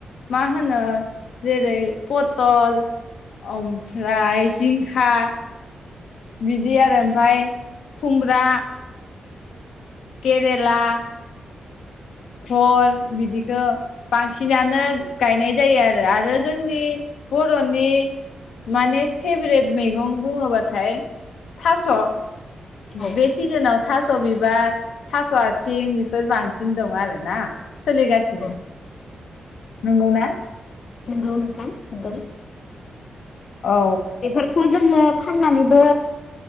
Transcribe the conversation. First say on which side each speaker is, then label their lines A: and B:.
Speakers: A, on the left (about 85°); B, on the left (about 50°).
A: मा होनो जेरै अ ओमफ्राय जिंखा बिदि आरो ओमफाय खुमब्रा केरेला खल बिदिखौ बांसिनानो गायनाय जायो आरो आरो जोंनि बर'नि माने फेभरेट मैगं बुङोबाथाय थास'
B: औ
A: बे सिजोनाव थास' बिबार थास' आथिं बेफोर बांसिन दं नङा आरोना सोलिगासिनो
B: औ
A: नंगौ ना
B: नोंगौ नोंथां नोंगौ
A: औ
B: बेफोरखौ जों ओ फाननानैबो